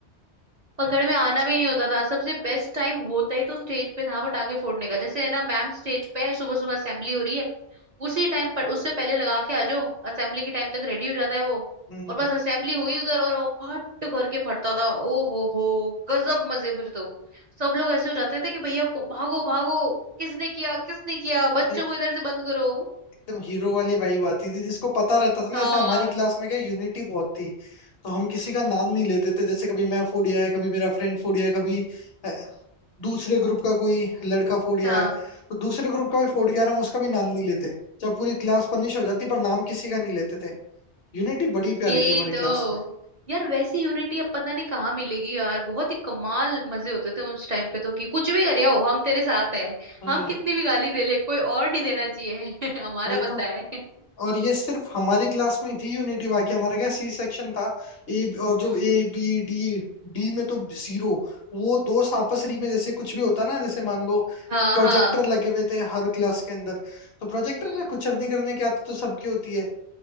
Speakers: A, on the right; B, on the left.
A: पकड़ में आना भी नहीं होता था सबसे बेस्ट टाइम होता ही तो स्टेज पे था पटाखे फोड़ने का जैसे है ना मैम स्टेज पे है सुबह सुबह असेंबली हो रही है उसी टाइम पर उससे पहले लगा के आ जाओ असेंबली के टाइम तक रेडी हो जाता है वो
B: हम्म
A: और बस असेंबली हुई उधर और वो फट करके फटता था ओ हो हो गजब मजे फिर तो सब लोग ऐसे हो जाते थे कि भैया को भागो भागो किसने किया किसने किया बच्चों
B: और
A: को इधर से बंद करो
B: एकदम हीरो वाली वाइब आती थी जिसको पता रहता था ना
A: हाँ
B: जैसे हमारी क्लास में क्या यूनिटी बहुत थी तो हम
A: हम्म
B: किसी का नाम नहीं लेते थे जैसे कभी मैं फूडिया है कभी मेरा फ्रेंड फूडिया है कभी अ, दूसरे ग्रुप का कोई लड़का फूडिया
A: हाँ।
B: है तो दूसरे ग्रुप का भी फूड गया हम उसका भी नाम नहीं लेते जब पूरी क्लास पनिश हो जाती पर नाम किसी का नहीं लेते थे यूनिटी बड़ी प्यारी
A: यही
B: थी हमारी क्लास
A: तो
B: में
A: यार वैसी यूनिटी अब पता नहीं कहाँ मिलेगी यार बहुत ही कमाल मजे होते थे उस टाइम पे तो कि कुछ भी कर आओ हम तेरे साथ है
B: हम्म
A: हम कितनी भी गाली दे ले कोई और नहीं देना चाहिए <laughs> हमारा
B: वही तो
A: बंदा है <laughs>
B: और ये सिर्फ हमारी क्लास में थी यूनिटी बाकी हमारा क्या सी सेक्शन था ए और
A: हम्म
B: जो ए बी डी डी में तो जीरो वो दोस्त आपसरी में जैसे कुछ भी होता ना जैसे मान लो
A: हाँ
B: प्रोजेक्टर
A: हाँ
B: लगे हुए थे हर क्लास के अंदर तो प्रोजेक्टर
A: हम्म
B: में कुछ नहीं करने की आदत तो सबकी होती है